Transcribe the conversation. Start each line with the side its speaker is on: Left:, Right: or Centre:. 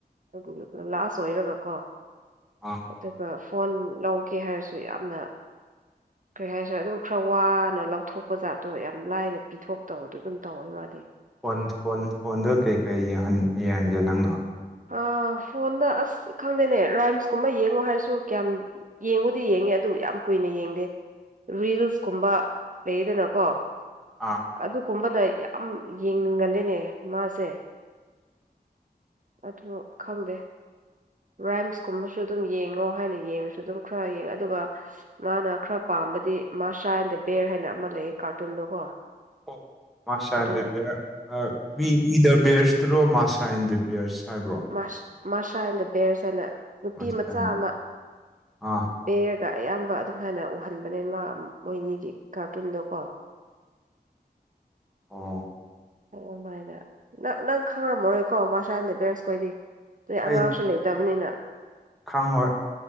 Right: ꯑꯗꯨꯒ ꯂꯥꯁ ꯑꯣꯏꯔꯒꯀꯣ
Centre: ꯑꯥ
Right: ꯑꯗꯨꯒ ꯐꯣꯟ ꯂꯧꯒꯦ ꯍꯥꯏꯔꯁꯨ ꯌꯥꯝꯅ ꯀꯔꯤ ꯍꯥꯏꯁꯤꯔꯥ ꯑꯗꯨꯝ ꯈꯔ ꯋꯥꯅ ꯂꯧꯊꯣꯛꯄ ꯖꯥꯠꯇꯣ ꯌꯥꯝ ꯂꯥꯏꯅ ꯄꯤꯊꯣꯛꯇꯕꯗꯨ ꯑꯗꯨꯝ ꯇꯧꯋꯦ ꯃꯥꯗꯤ
Centre: ꯐꯣꯟ ꯐꯣꯟ ꯐꯣꯟꯗꯨ ꯀꯩꯀꯩ ꯌꯦꯡꯍꯟ ꯌꯦꯡꯍꯟꯒꯦ ꯅꯪꯅ
Right: ꯑꯥ ꯐꯣꯟꯗ ꯑꯁ ꯈꯪꯗꯦꯅꯦ ꯔꯥꯏꯝꯁꯀꯨꯝꯕ ꯌꯦꯡꯉꯣ ꯍꯥꯏꯔꯁꯨ ꯀꯌꯥꯝ ꯌꯦꯡꯕꯨꯗꯤ ꯌꯦꯡꯉꯦ ꯑꯗꯨ ꯌꯥꯝ ꯀꯨꯏꯅ ꯌꯦꯡꯗꯦ ꯔꯤꯜꯁ ꯀꯨꯝꯕ ꯂꯩꯌꯦꯗꯅꯀꯣ
Centre: ꯑꯥ
Right: ꯑꯗꯨꯀꯨꯝꯕꯅ ꯌꯥꯝ ꯌꯦꯡꯅꯤꯡꯒꯜꯂꯦꯅꯦ ꯃꯥꯁꯦ ꯑꯗꯨ ꯈꯪꯗꯦ ꯔꯥꯏꯝꯁ ꯀꯨꯝꯕꯁꯨ ꯑꯗꯨꯝ ꯌꯦꯡꯉꯣ ꯍꯥꯏꯅ ꯌꯦꯡꯔꯁꯨ ꯑꯗꯨꯝ ꯈꯔ ꯌꯦꯡꯉ ꯑꯗꯨꯒ ꯃꯥꯅ ꯈꯔ ꯄꯥꯝꯕꯗꯤ ꯃꯥꯁꯥ ꯑꯦꯟ ꯗ ꯕꯦꯌ꯭ꯔ ꯍꯥꯏꯅ ꯑꯃ ꯂꯩꯌꯦ ꯀꯥꯔꯇꯨꯟꯗꯣꯀꯣ
Centre: ꯑꯣ ꯃꯥꯁꯥ
Right: ꯑꯗꯨ
Centre: ꯑꯦꯟ ꯗ ꯕꯤꯌ꯭ꯔ ꯑꯥ ꯋꯤ ꯃꯤ ꯗ ꯕꯤꯌ꯭ꯔꯁ ꯇ꯭ꯔꯣ ꯃꯥꯁꯥ ꯑꯦꯟ ꯗ ꯕꯤꯌ꯭ꯔꯁ ꯍꯥꯏꯕ꯭ꯔꯣ
Right: ꯃꯥꯁ ꯃꯥꯁꯥ ꯑꯦꯟ ꯗ ꯕꯦꯌ꯭ꯔꯁ ꯍꯥꯏꯅ ꯅꯨꯄꯤ
Centre: ꯃꯥꯁꯇꯔ
Right: ꯃꯆꯥ
Centre: ꯑꯦꯟ
Right: ꯑꯃ
Centre: ꯑꯥ
Right: ꯕꯦꯌ꯭ꯔꯒ ꯑꯌꯥꯝꯕ ꯑꯗꯨꯍꯥꯏꯅ ꯎꯍꯟꯕꯅꯦ ꯃꯥ ꯃꯣꯏꯅꯤꯒꯤ ꯀꯥꯔꯇꯨꯟꯗꯣꯀꯣ
Centre: ꯑꯣ
Right: ꯑꯣ ꯑꯣꯃꯥꯏꯅ ꯅꯪ ꯅꯪ ꯈꯪꯔꯝꯃꯔꯣꯏꯀꯣ ꯃꯥꯁꯥ ꯑꯦꯟ ꯗ ꯕꯤꯌ꯭ꯔꯁꯈꯣꯏꯗꯤ ꯅꯣꯏ ꯑꯉꯥꯡꯁꯨ
Centre: ꯑꯩ
Right: ꯂꯩꯇꯕꯅꯤꯅ
Centre: ꯈꯪꯉꯣꯏ